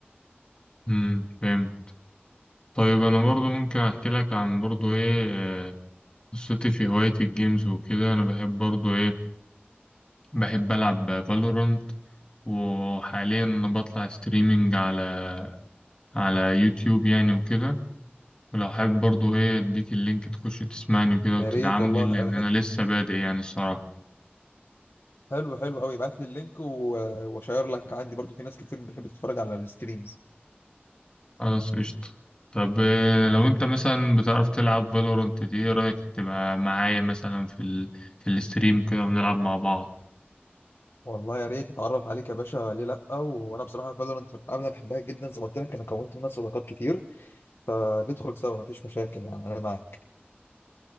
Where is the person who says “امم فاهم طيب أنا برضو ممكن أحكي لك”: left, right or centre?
Left